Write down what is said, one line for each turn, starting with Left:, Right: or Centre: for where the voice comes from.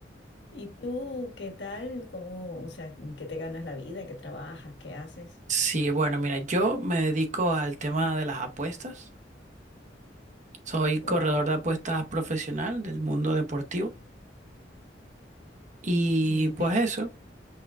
Left: ¿Y tú qué tal? ¿Cómo, o sea, en qué te ganas la vida? ¿Qué trabajas? ¿Qué haces?
Right: Sí, bueno, mira, yo me dedico al tema de las apuestas. Soy corredor
Left: Ok.
Right: de apuestas profesional del mundo deportivo. Y
Left: ¿Y
Right: pues
Left: de,
Right: eso,